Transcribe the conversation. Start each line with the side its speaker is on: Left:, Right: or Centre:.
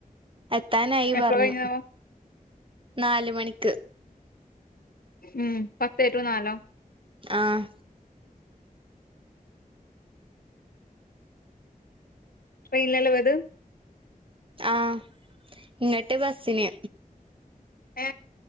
Right: എത്താനായി
Left: എപ്പളാ
Right: പറഞ്ഞു
Left: കഴിഞ്ഞതാവോ
Right: നാലു മണിക്ക്
Left: ഉം പത്തേ റ്റു നാലോ
Right: ആഹ
Left: ട്രെയിനിലല്ലേ പോയത്
Right: ആഹ ഇങ്ങട്ട് ബസിന്
Left: ഏ